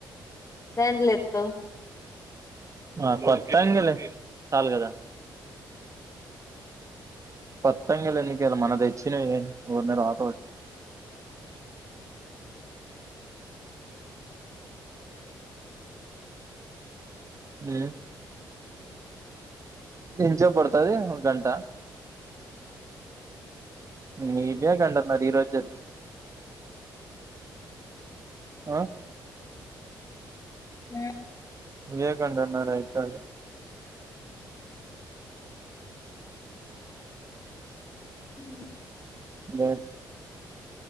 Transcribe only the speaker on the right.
ఆ కొత్తంగిలే సాల్ కదా కొత్తంగిలు ఎందుకియ్యల మొన్న తెచ్చిన ఒక దాని తర్వాత ఒకటి హ్మ్ ఎన్షొప్ పడతాది ఒక గంట నీతో గంటన్నర ఈరోజ్ చెప్ ఆ
ఈడే గంటన్నారా అయితాది
బస్